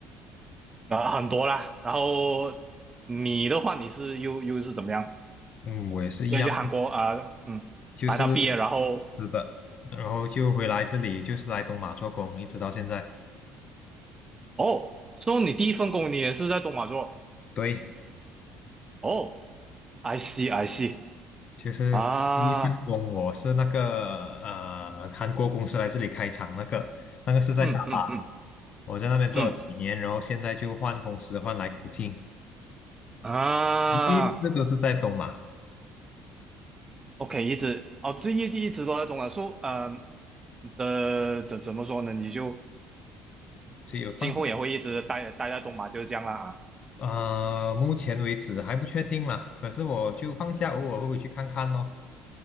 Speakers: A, on the right (about 25°); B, on the left (about 45°).
A: 那很多啦。然后你的话，你是又又是怎么样？
B: 嗯，我也是一样，
A: 先去韩国啊，嗯，
B: 就是
A: 待到毕业，然后
B: 是的，然后就回来这里，就是来东马做工，一直到现在。
A: 哦，说你第一份工你也是在东莞做？
B: 对，
A: 哦，I see I see
B: 就是第一份工，
A: 啊，
B: 我是那个呃韩国公司来这里开厂，那个那个是在沙巴，
A: 嗯嗯嗯
B: 我在那边做了几年，
A: 嗯
B: 然后现在就换公司换来古晋，
A: 啊。
B: 第一次都是在东马，
A: OK，一直哦，这一直一直都在东马，说嗯，这怎怎么说呢？你就
B: 所以有放假。
A: 今后也会一直待待在东马，就是这样啦啊。
B: 呃，目前为止还不确定啦，可是我就放假偶尔会回去看看咯。